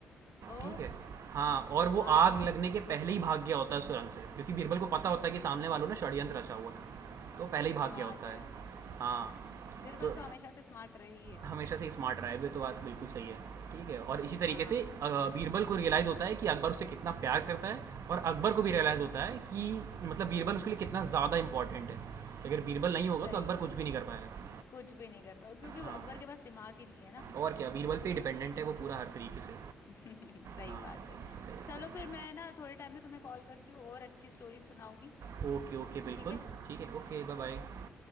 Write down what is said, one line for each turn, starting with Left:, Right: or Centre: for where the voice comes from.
Left: ओ
Right: ठीक है हाँ और
Left: स्मार्ट
Right: वो आग लगने के पहले ही भाग गया होता है सुरंग से क्योंकि बीरबल को पता होता है कि सामने वालों ने षड्यंत्र रचा हुआ है तो पहले ही भाग
Left: स्मार्ट
Right: गया होता
Left: है
Right: है हाँ
Left: बिरबल
Right: तो
Left: तो हमेशा से स्मार्ट रही है
Right: हमेशा से स्मार्ट रहा है ये तो बात बिल्कुल सही है ठीक है और इसी तरीके
Left: हाँ
Right: से अ, बीरबल को रियलाइज़ होता है कि अकबर उससे कितना प्यार करता है और अकबर को भी रियलाइज़ होता है कि मतलब बीरबल उसके लिए कितना ज़्यादा इंपॉर्टेंट है कि अगर बीरबल नहीं होगा
Left: सही
Right: तो अकबर कुछ भी नहीं कर पाएगा
Left: कुछ भी नहीं कर पाया क्योंकि
Right: हाँ
Left: अकबर के पास दिमाग ही नहीं है ना
Right: और क्या बीरबल पे डिपेंडेंट है वो पूरा हर तरीके से
Left: <laughs> सही
Right: हाँ
Left: बात है
Right: सही बात
Left: चलो फिर मैं ना थोड़े टाइम में तुम्हें कॉल करती हूँ और अच्छी स्टोरी सुनाऊंगी
Right: है ओके ओके बिल्कुल
Left: ठीक है
Right: ठीक है ओके बाय बाय